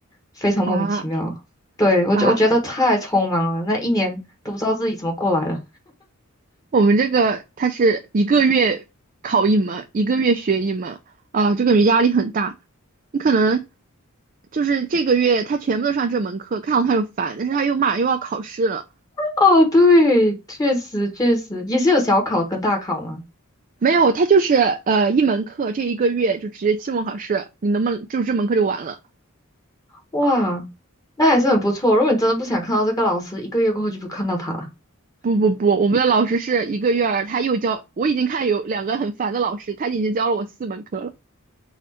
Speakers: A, on the left; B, on the right.
A: 非常莫名其妙。
B: 啊
A: 对，我觉我觉得太匆忙了，
B: 啊。
A: 那一年都不知道自己怎么过来的。
B: 我们这个它是一个月考一门，一个月学一门，啊，就感觉压力很大。你可能就是这个月他全部都上这门课，看到他就烦，但是他又马上又要考试了。
A: 哦，对，确实确实也是有小考跟大考嘛。
B: 没有，他就是呃一门课，这一个月就直接期末考试，你能不能就这门课就完了？
A: 哇，那还是很不错。如果你真的不想看到这个老师，一个月过后就不看到他了，
B: 不不不，我们的老师是一个月儿，他又教，我已经看有两个很烦的老师，他已经教了我四门课了